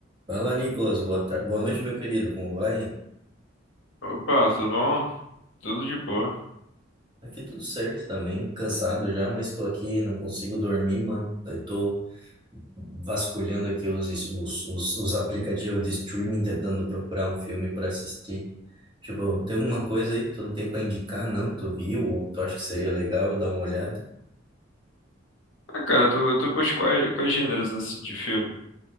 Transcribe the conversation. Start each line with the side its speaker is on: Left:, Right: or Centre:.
Right: Fala, Nicolas. Boa tarde. Boa noite, meu querido. Como vai?
Left: Opa, tudo bom? Tudo de boa.
Right: Aqui tudo certo também. Cansado já, mas tô aqui, não consigo dormir, mano. Daí tô vasculhando aqui os, os, os, os aplicativos de streaming tentando procurar um filme pra assistir. Tipo, tem alguma coisa aí que tu não tem pra indicar, não, que tu viu ou que tu acha que seria legal eu dar uma olhada?
Left: Ah, cara, eu tô, eu tô com os quais, quais gêneros assim de filme?